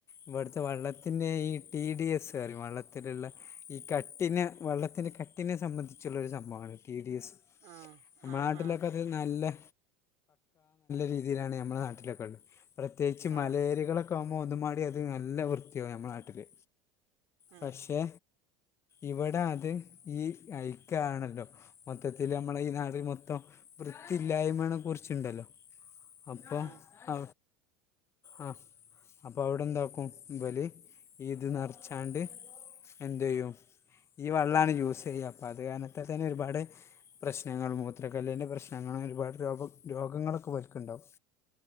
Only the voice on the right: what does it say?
ആഹ്
ആഹ്
ആഹ്
ആഹ്
ഉം
ഉം
ഉം